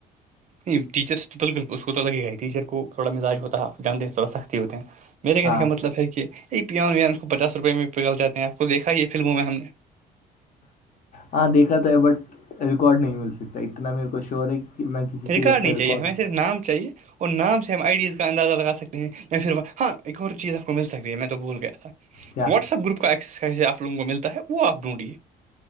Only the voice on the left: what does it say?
ہاں
ہاں دیکھا تو ہے بٹ ریکارڈ نہیں مل سکتا اتنا میرے کو شیور ہے کہ میں کسی
سے ایسا
ریکارڈ
نہ
کیا